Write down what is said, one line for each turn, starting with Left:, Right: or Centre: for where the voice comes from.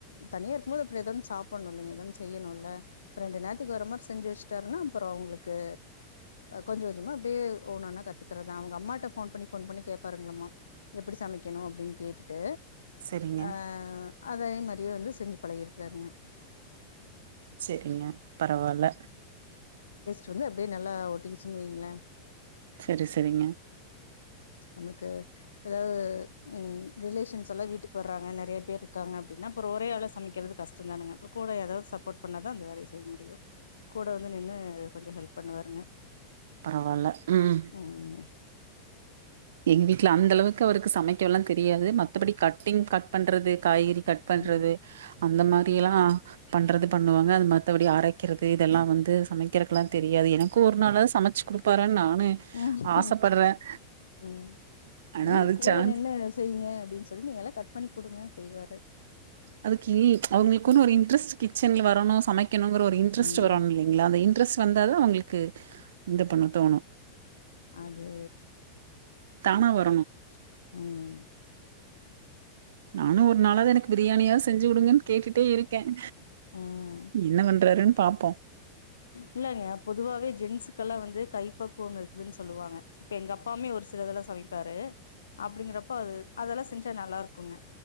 Left: தனியா இருக்கும் போது அப்புறோத ஒன்னு சாப்பிடணும் இல்லைங்க ஏதவும்ன்னு செய்யணும் இல்ல ரெண்டு நேரத்துக்கு வர மாதிரி செ்சு வச்சுட்டாருன்னா அப்புறோ அவங்களுக்கு கொஞ்சோ கொஞ்சோமா அப்படியே ஒன்னா கத்துக்கறதான் அவங்க அம்மாிட்ட போன் பண்ணி போன் பண்ணி கேப்பாருங்களம்மா எப்படி சமைக்கணும் அப்படின்னு கேட்டுட்டு டு
Right: செரிங்க
Left: ஆ அதே மாதிரியே வந்து செஞ்சு பழகியிருக்கிறாருங்க.
Right: செரிங்க பரவால்ல
Left: சொல்லு அப்படியே நல்லா ஒட்டிச்சுனு வைங்களேன்
Right: செரி செரிங்க
Left: நமக்கு ஏதாவது உம் ரிலேஷன்ஸ் எல்லா வீட்டுக்கு வர்றாங்க நெறைய பேர் இருக்காங்க அப்படின்னா அப்றோ ஒரே ஆளா சமைக்கிறது கஷ்டம் தானுங்க அப்றோ கூட ஏதாவது சப்போர்ட் பண்ணாதான் அந்த வேலைய செய்ய முடியும் கூட வந்து நின்னு கொஞ்சோ ஹெல்ப் பண்ணுவாருங்க
Right: பரவால்ல ம்
Left: ம்
Right: எங்க வீட்ல அந்தளவுக்கு அவருக்கு சமெக்ககலா தெரியாது மத்தப்படி கட்டிங் கட் பண்றது காய்கறி கட் பண்றது
Left: ம்
Right: அந்த மாரிலா
Left: ம்
Right: பண்றது பண்ணுவாங்க அது மத்தவடி அரைக்கிறது இதெல்லா வந்து சமக்கிறக்குல்லா தெரியாது எனக்கு ஒரு நாளா சமச்சு குடுப்பாறா நா னு
Left: ம்
Right: ஆசைப்படுறேன்
Left: ம்
Right: ஆனா
Left: நீங்க
Right: அது
Left: கூட
Right: சான்ஸ்
Left: நின்னு அத செய்ங்க அப்டின் சு சொல்லி நீங்க எல்ல கட் பண்ணி கொடுங்க செய்வாரு
Right: அதுக்கி அவுங்குளுக்குனு ஒரு இன்ட்ரெஸ்ட் கிச்சென்ல வரணு சமைக் கினுங்ரற ஒரு இன்ட்ரஸ்ட்
Left: ம்
Right: வரோன் இல்லிங்ளா அந்த இன்ட்ரஸ்ட் வந்தாதா அவங்களுக்கு இந்த பண்ண தோணும்
Left: அது
Right: தானாவா
Left: <unintelligible>
Right: நானும் ஒரு நாளாதாது எனக்கு பிரியாணியா செஞ்சு கொடுங்கன்னு கேட்டுட்டே இருக்கேன்
Left: ம்
Right: என்ன பண்றாருன்னு பாப்போம்
Left: இல்லங்க பொதுவாவே ஜென்ஸுகல்லா வந்து கைப்பக்குவம் இருக்குதுன் சொல்லுவாங்க இப்ப எங்க அப்பாமே ஒரு சிலதெல்லா சமைப்பாரு அப்டிங்கிறப்போ அது அதெல்லா செஞ்சா நல்லா இருக்குங்க